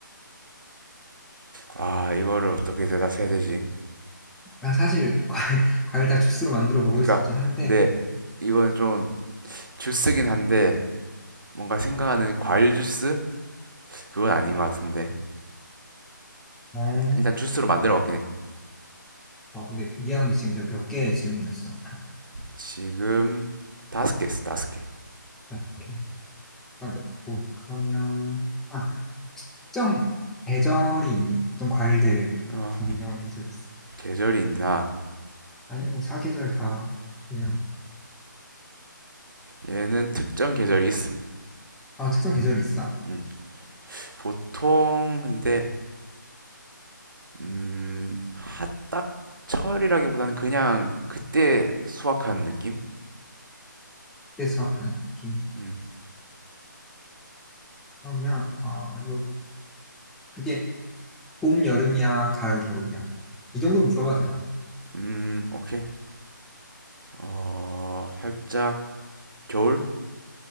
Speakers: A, on the right (about 75°); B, in the centre.
A: 아 이거를 어떻게 대답해야 되지
B: 아, 사실 과일 <laughs> 과일 다 주스로 만들어 먹을
A: 그러니까
B: 수 있긴 한데.
A: 근데 이건 좀 주스긴 한데 뭔가 생각하는 과일 주스? 그건 아닌 것 같은데
B: 어.
A: 일단 주스로 만들어 먹긴 해
B: 아 근데 미안한데 지금 내가 몇 개 질문했어. 아,
A: 지금 다섯 개 있어, 다섯 개.
B: 자, 이렇게 막 있고 그러면. 아, 특정 계절이 있니? 보통 과일들
A: 어,
B: 좀 유명한 계절이 있어.
A: 계절이 있나?
B: 아니요, 뭐 사계절 다 유명.
A: 얘는 특정 계절이 있어.
B: 아, 특정 계절이 있어?
A: 음, 보통 근데 음, 딱 철이라기보다는 그냥 그때 수확한 느낌?
B: 그때 수확하는 느낌.
A: 음,
B: 그러면 아, 이거 그게 봄, 여름이야, 가을, 겨울이야. 이 정도 물어봐도 되나?
A: 음, 오케이. 어, 살짝 겨울?